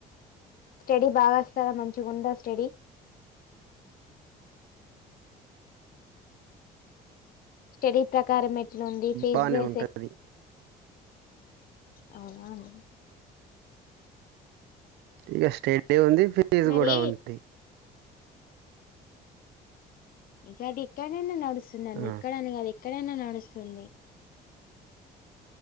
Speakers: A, on the left; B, on the right.
A: స్టడీ బాగ వస్తాదా మంచిగుందా స్టడీ స్టడీ ప్రకారమేట్లుంది ఫేస్
B: బాగానే
A: చేసే
B: ఉంటుంది
A: అవున అండి
B: ఇక స్టడీ ఉంది ఫీజ్
A: మరి
B: కూడా ఉంది
A: ఇకది ఎక్కడైనా నడుస్తుందండి
B: ఆ,
A: ఇక్కడని కాదు ఎక్కడైనా నడుస్తుంది.